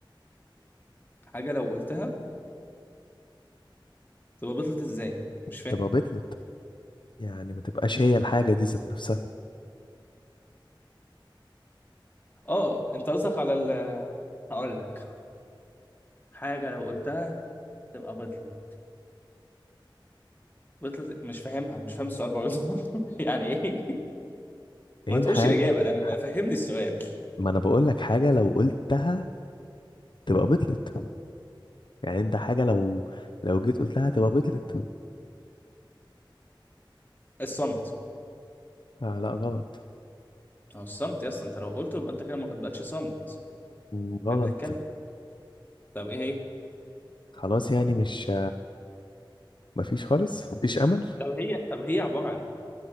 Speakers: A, on the left; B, on the left.
A: حاجه لو قلتها تبقى بطلت ازاي مش فاهم
B: تبقى بطلت يعني ما تبقاش هي الحاجة دي ذات نفسها
A: اه انت قصدك على ال <laughs> هقول لك حاجه لو قلتها تبقى بطلت بطلت مش فاهمها مش فاهم السؤال برضه <laughs> يعني ايه
B: ايه
A: ما تقولش
B: الحاجة
A: الاجابه انا أنا
B: ح-
A: فهمني السؤال
B: ما انا بقول لك حاجة لو قلتها تبقى بطلت يعني انت حاجة لو لو جيت قلتها تبقى بطلت
A: الصمت
B: آه لا غلط
A: اهو الصمت يا اسطى انت لو قلته يبقى انت كده ما بقتش صمت
B: مم، غلط
A: بقيت بتتكلم طب ايه هي
B: خلاص يعني مش مفيش خالص مفيش امل
A: طب هي طب هي عبارة عن ايه؟